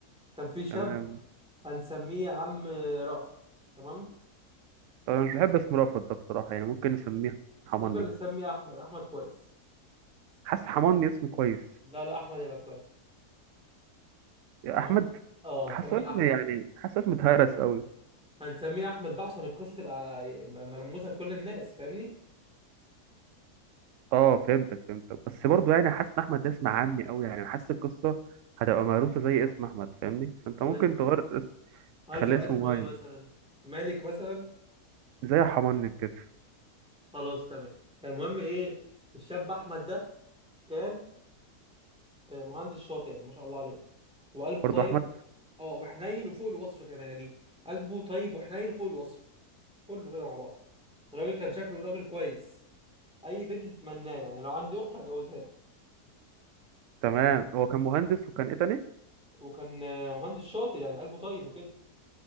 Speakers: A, in the centre; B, on the right.
A: كان في شاب
B: تمام
A: هنسميه يا عم رأفت تمام
B: طب انا مش بحب اسم رأفت ده بصراحة يعني ممكن نسميه حماني
A: ممكن نسميه احمد احمد كويس
B: حاسس حماني اسم كويس
A: لا لا احمد هيبقى كويس
B: يا
A: تمام
B: احمد
A: اه هنسميه
B: حاسه اسم
A: احمد
B: يعني حاسه اسم اتهرس قوي
A: هنسميه احمد بقى عشان القصه تبقى مرموزه لكل الناس فاهمني
B: اه فهمتك فهمتك بس برضه يعني حاسس ان احمد ده اسم عامي قوي يعني حاسس القصة هتبقى مهروسة زي اسم احمد فاهمني فانت
A: طب
B: ممكن
A: انت
B: تغير
A: عايز
B: خليه
A: يبقى
B: اسمه
A: اسمه
B: مايلز
A: ايه مثلا مالك مثلا
B: زي حمانك كده
A: خلاص تمام فالمهم ايه الشاب احمد ده كان آه، مهندس شاطر يعني ما شاء الله عليه وقلبه
B: برضه
A: طيب
B: احمد
A: اه وحنين وفوق الوصف كمان يعني قلبه طيب وحنين وفوق الوصف كله كده مع بعضه الراجل كان شكله راجل كويس اي بنت تتمناه يعني لو عندي اخت هجوزها له
B: تمام هو كان مهندس وكان ايه تاني
A: وكان آه، مهندس شاطر يعني قلبه طيب وكده